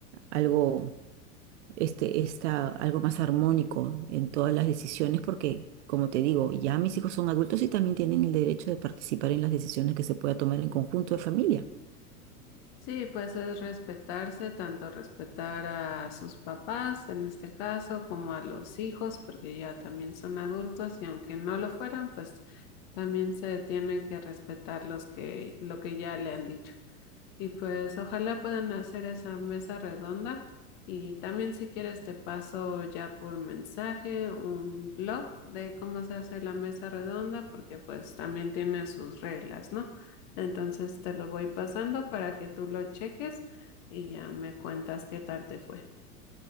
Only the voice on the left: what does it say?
Sí, pues es respetarse, tanto respetar a sus papás en este caso como a los hijos, porque ya también son adultos y aunque no lo fueran, pues también se tiene que respetar los que, lo que ya le han dicho. Y pues ojalá puedan hacer esa mesa redonda. Y también si quieres te paso ya por mensaje un blog de cómo se hace la mesa redonda, porque pues también tiene sus reglas, ¿no? Entonces te lo voy pasando para que tú lo cheques y ya me cuentas qué tal te fue.